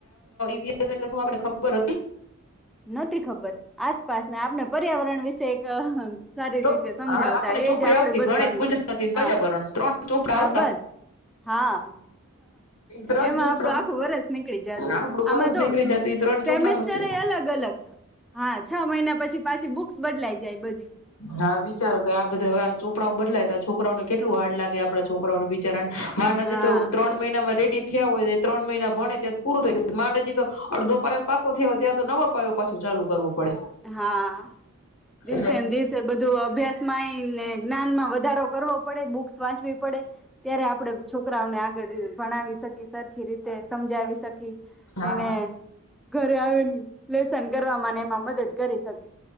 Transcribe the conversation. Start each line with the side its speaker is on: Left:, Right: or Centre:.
Left: વી એટલે શું આપને ખબર હતી.
Centre: નથી ખબર આસપાસ આપને. પર્યાવરણ વિષયક. સારી
Left: હા
Centre: રીતે સમજાવતા
Left: આપણને ચોપડી
Centre: એજ આપડે
Left: આવતી
Centre: બધું
Left: ગણિત
Centre: આવી
Left: ગુજરાતી
Centre: જતું હા
Left: પર્યાવરણ ત્રણ ચોપડા
Centre: હા
Left: આવતા
Centre: બસ, હા
Left: ત્રણ
Centre: એમાં
Left: ચોપડા
Centre: આપડું આખું વરસ નીકળી જતું
Left: આપડું
Centre: આમાં
Left: વરસ
Centre: તો
Left: નીકળી જતી ત્રણ
Centre: સેસ્ટર
Left: ચોપડામાં
Centre: એ અલગ. હા છ મહિના પછી પાછી બુક્સ બદલાઈ જાય બધ
Left: હા વિચારો તો આ બધા વાત. છોપરાઓ બદલાયતા છોકરાઓને કેટલ હાર લે આપડા છોકરાઓને બી. મા નથીજી
Centre: હા
Left: તો ત્રણ મહિના માં રેડી. થયા હોય ને ત્રણ મહિના ભણે ત્યાં પૂરું થયું માંડજી તો અડધો પાયો પાકો થયા હોય ત્યાં તો નવા પાયો પાછો ચાલુ કરવો. પડે
Centre: હા દિવસે
Left: એટલે
Centre: દિવસે બધું અભ્યાસ માં ને જ્ઞાનમાં વધારો કરવો પડે બુક્સ વાંચવી પડે. ત્યારે આપડે છો છોકરાઓને આગળ ભણાવી શકી સરખી રીતે સમજાવી શકી.
Left: હા
Centre: એને ઘરે આવે. લેસન કરવા મને એમાં મદદ. કરી શકી